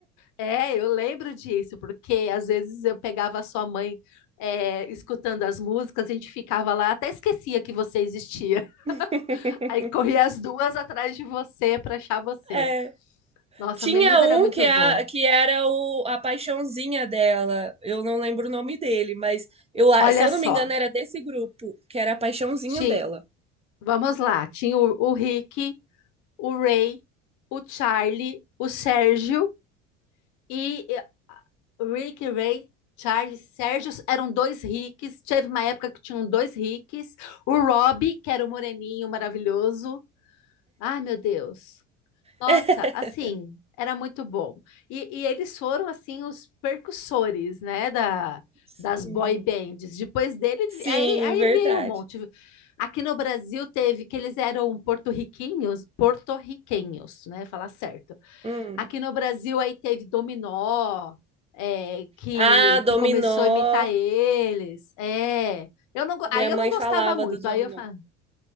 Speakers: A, on the left; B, on the right.
A: é, eu lembro disso, porque às vezes eu pegava a sua mãe, é, escutando as músicas, a gente ficava lá, até esquecia que você existia.
B: <laughs>
A: <laughs> Aí corria as duas atrás de você para achar você.
B: É.
A: Nossa,
B: Tinha
A: Menudo
B: um
A: era muito
B: que, é
A: bom.
B: a, que era o, a paixãozinha dela. Eu não lembro o nome dele, mas eu, a-
A: Olha
B: se eu
A: só,
B: não me engano, era desse grupo, que era a paixãozinha
A: tinha,
B: dela.
A: vamos lá, tinha o, o Rick, o Ray, o Charlie, o Sérgio E eh, Rick, Ray, Charles, Sérgio eram dois Ricks. Teve uma época que tinham dois Ricks. O Rob, que era o moreninho maravilhoso. Ai, meu Deus. Nossa,
B: <laughs>
A: assim, era muito bom. E, e eles foram, assim, os percussores, né, da,
B: Sim,
A: das boy bands. Depois dele,
B: Sim,
A: aí, aí
B: verdade.
A: veio um monte. Aqui no Brasil teve que eles eram porto-riquinhos, porto-riquenhos, né, falar certo.
B: Hum.
A: Aqui no Brasil aí teve Dominó, é, que,
B: Ah, dominó.
A: que começou a imitar eles. É, eu não, go-
B: Minha
A: aí eu
B: mãe
A: não gostava
B: falava
A: muito.
B: dos dominó.
A: Aí eu falo,